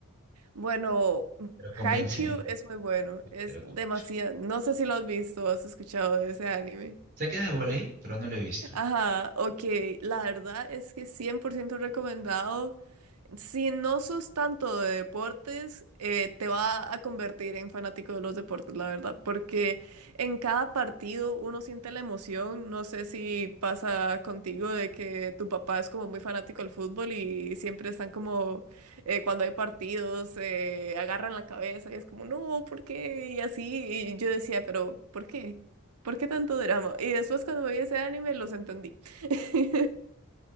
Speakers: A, on the right; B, on the right.
A: bueno,
B: pero convénceme.
A: Haikyuu es muy bueno, es
B: Pero
A: demasiado.
B: con-
A: No sé si lo has visto o has escuchado de ese anime.
B: Sé que es de voley, pero no lo he visto.
A: Ajá, ok, la verdad es que 100% recomendado. Si no sos tanto de deportes, eh, te va a convertir en fanático de los deportes, la verdad, porque en cada partido uno siente la emoción. No sé si pasa contigo de que tu papá es como muy fanático del fútbol y siempre están como, eh, cuando hay partidos, eh, agarran la cabeza y es como, no, ¿por qué? Y así, y yo decía, pero ¿por qué? ¿Por qué tanto drama? Y después cuando me vi ese anime los entendí. <laughs>